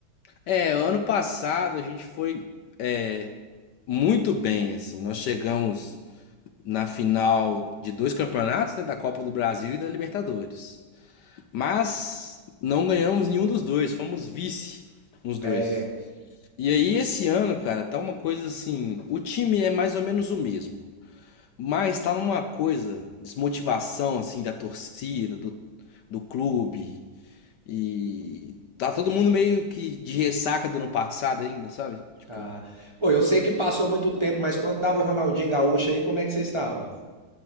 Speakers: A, on the left; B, on the right.
A: É, ano passado a gente foi é, muito bem, assim, nós chegamos na final de dois campeonatos, né, da Copa do Brasil e da Libertadores. Mas não ganhamos nenhum dos dois, fomos vice nos dois.
B: É.
A: E aí esse ano, cara, tá uma coisa assim, o time é mais ou menos o mesmo. Mas tá numa coisa, desmotivação assim da torcida, do, do clube e tá todo mundo meio que de ressaca do ano passado ainda, sabe? Tipo,
B: Tá. Ô, eu sei que passou muito tempo, mas quando tava o Ronaldinho Gaúcho aí, como é que vocês estavam?